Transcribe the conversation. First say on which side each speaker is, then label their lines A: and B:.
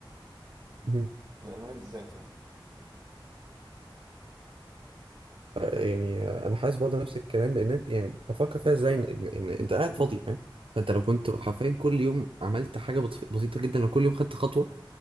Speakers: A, on the right; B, on the right.
A: مم.
B: الألماني بالذات يعني
A: آه، يعني آه، انا حاسس برضه نفس الكلام لان أنت- يعني بفكر فيها ازاي ان إن- إن انت قاعد فاضي فاهم فانت لو كنت حرفيا كل يوم عملت حاجه بطف- بسيطه جدا لو كل يوم خدت خطوه